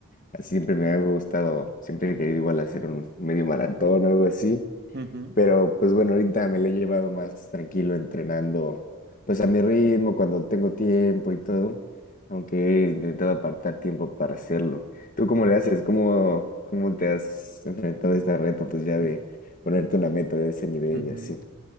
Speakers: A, on the left; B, on the right.
A: así siempre me ha gustado, siempre he querido igual hacer un medio maratón o algo así.
B: ujú,
A: Pero pues bueno, ahorita me la he llevado más tranquilo entrenando, pues a mi ritmo, cuando tengo tiempo y todo, aunque he intentado apartar tiempo para hacerlo. ¿Tú cómo le haces? ¿Cómo, cómo te has enfrentado a este reto, pues ya
B: ujú,
A: de ponerte una meta de ese nivel
B: ujú.
A: y así?